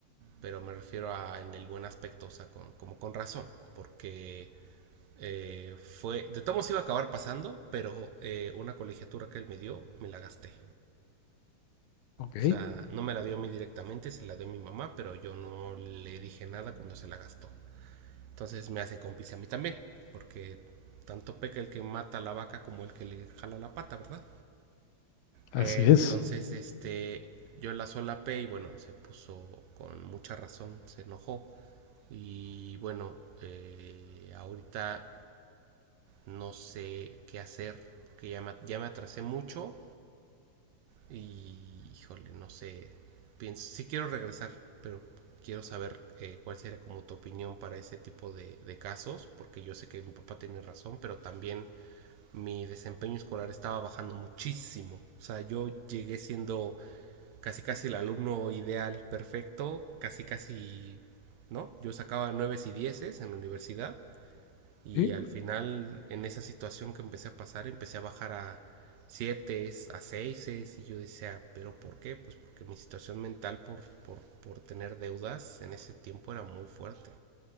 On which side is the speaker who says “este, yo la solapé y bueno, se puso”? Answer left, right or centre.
Right